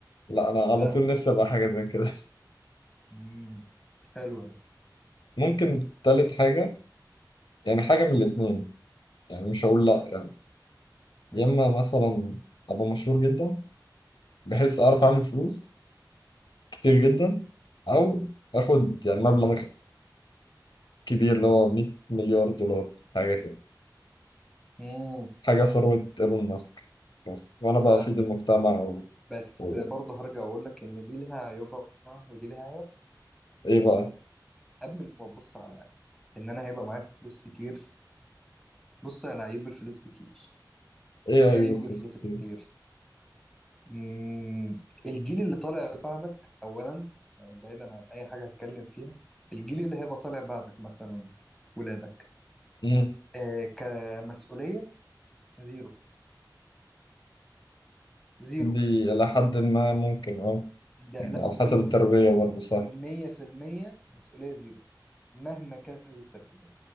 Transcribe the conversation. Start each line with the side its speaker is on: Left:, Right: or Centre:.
Left: لا أنا على
Centre: لا
Left: طول
Centre: يعني
Left: نفسي أبقى حاجة زي كده
Centre: امم حلو ده
Left: <laughs> ممكن تالت حاجة يعني حاجة من الاتنين يعني مش هقول لأ يعني
Centre: امم
Left: يا إما مثلا أبقى مشهور جدا بحيث أعرف أعمل فلوس كتير جدا أو آخد يعني مبلغ كبير اللي هو 100 مليار دولار حاجة كده
Centre: امم
Left: حاجة ثروة ايلون ماسك بس وأنا بقى
Centre: فاهم
Left: أفيد المجتمع و...
Centre: بس
Left: و...
Centre: برضه هرجع أقول لك إن دي لها عيوبها ودي لها عيوبها
Left: إيه بقى
Centre: قبل ما تبص على ان انا هيبقى معايا فلوس كتير بص على عيوب الفلوس كتير
Left: إيه عيوب
Centre: ايه عيوب
Left: الفلوس
Centre: الفلوس
Left: كتير
Centre: كتير مم. الجيل اللي طالع بعدك اولا يعني بعيدا عن اي حاجه هتكلم فيها الجيل اللي هيبقى طالع بعدك مثلا ولادك
Left: مم.
Centre: آه كمسؤوليه زيرو زيرو
Left: دي إلى حد ما ممكن أه
Centre: ده
Left: يعني
Centre: لا
Left: على
Centre: زيرو
Left: حسب التربية برضه صح
Centre: مية في المية مسؤولية زيرو مهما كانت التربية